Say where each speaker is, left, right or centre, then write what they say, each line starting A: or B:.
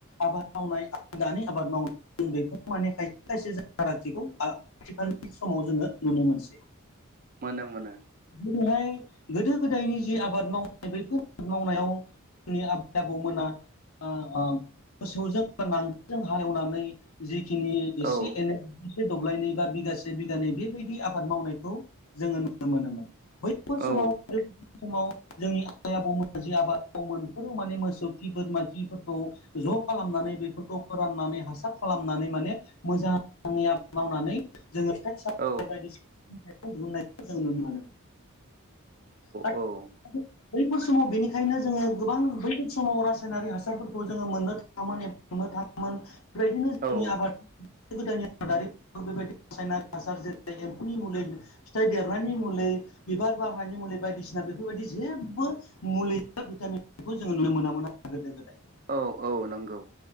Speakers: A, on the left; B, on the right.
A: आबाद मावनाय आरो दानि आबाद मावनाय ज बेफोर माने खायसे खायसे जों फारागथिखौ। खाथिखालनि समाव जोङो नुनो मोनसै
B: मोनो मोनो
A: दिनैहाय गोदो-गोदायनि जि आबाद मावनाय बैफोर आबाद मावनायाव जोंनि आबै-आबौमोना मोसौजों नांगोलजों हालेवनानै जिखिनि एसे
B: औ
A: एनै से दब्लायनै बा बिगासे बिगानै बेबायदि आबाद मावनायखौ जोङो नुनो मोनोमोन। बैफोर
B: औ
A: समाव ओ समाव जोंनि आबै आबौमोना जि आबादाव मो बेफोराव माने मोसौ खि बोरमा खिफोरखौ ज' खालामनानै बे फोरखौ फोराननानै हासार खालामनानै माने मोजाङै आबाद मावनानै जोङो <unintelligible>
B: औ
A: बायदिसिनाखौ दिहुननायखौ जों नुनो मोनो। <unintelligible>
B: औ
A: बैफोर समाव बेनिखायनो जोङो गोबां बैफोर समाव रासायनारि हासारफोरखौ जोङो मोननो थाङामोन। एबा संनो थाङोमोन बेबायदिनो जोंनि
B: औ
A: आबाद गोदो गोदायनि आबादारि बेबायदि रासायनारि हासार जेरै एम्फौनि मुलि फिथाइ देरनायनि मुलै बिबार बारनायनि मुलै बायदिसिना बेफोरबायदि जेबो मुलि बा भिटामिन खौबो जों नुनो मोनामोन आरो गोदो गोदाय।
B: औ औ नोंगौ।